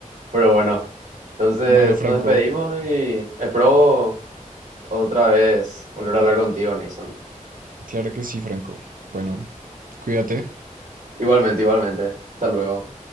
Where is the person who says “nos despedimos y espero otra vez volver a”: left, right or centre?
Right